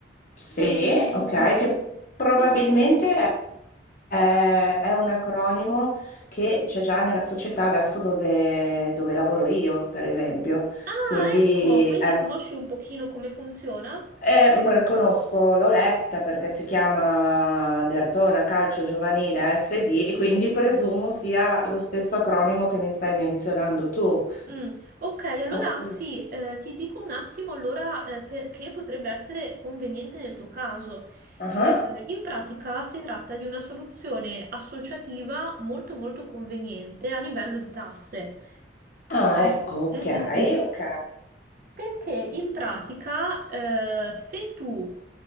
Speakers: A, on the left; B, on the right.
A: Sì,
B: Ehm,
A: ok, che probabilmente
B: mm,
A: è, è un acronimo che c'è già nella società adesso dove, dove lavoro io, per esempio.
B: Ah,
A: Quindi
B: ecco, quindi
A: eh,
B: conosci un pochino come funziona?
A: eh, m- conosco, l'ho letta perché si chiama Dertona Calcio Giovanile SD, quindi presumo sia lo stesso acronimo che mi stai menzionando tu.
B: Mm, ok, allora
A: Ok.
B: sì, eh, ti dico un attimo allora eh, perché potrebbe essere conveniente nel tuo caso.
A: Ah.
B: Eh, in pratica si tratta di una soluzione associativa molto molto conveniente a livello di tasse.
A: Ah,
B: Mm,
A: ecco,
B: mm,
A: ok,
B: mm, mm.
A: ok.
B: Perché in pratica, eh, se tu